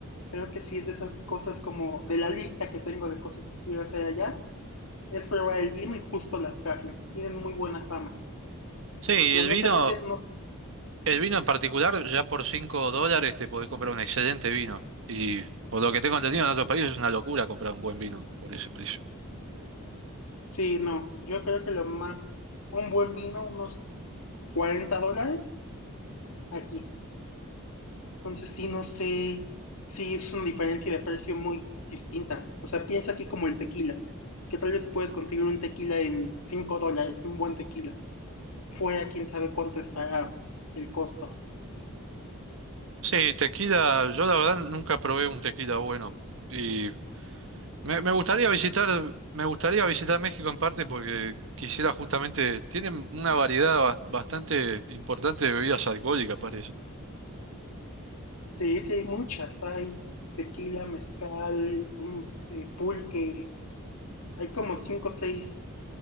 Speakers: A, on the left; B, on the right.
A: Creo que sí es de esas cosas como de la lista que tengo de cosas que quiero hacer allá, es probar el vino y justo las carnes. Tienen muy buena fama.
B: Sí,
A: Que
B: el
A: honestamente
B: vino,
A: no,
B: el vino en particular, ya por 5 dólares te podés comprar un excelente vino. Y por lo que tengo entendido en otros países es una locura comprar un buen vino por ese precio.
A: sí, no. Yo creo que lo más un buen vino, unos Cuarenta dólares aquí. Entonces sí, no sé, sí es una diferencia de precio muy distinta. O sea, piensa aquí como el tequila, que tal vez puedes conseguir un tequila en 5 dólares, un buen tequila. Fuera, quién sabe cuánto estará el costo.
B: Sí, tequila, yo la verdad nunca probé un tequila bueno. Y Me, me gustaría visitar, me gustaría visitar México en parte porque quisiera justamente, tienen una variedad ba- bastante importante de bebidas alcohólicas, parece.
A: Sí, sí hay muchas, hay tequila, mezcal, un, eh, pulque, hay como 5 o 6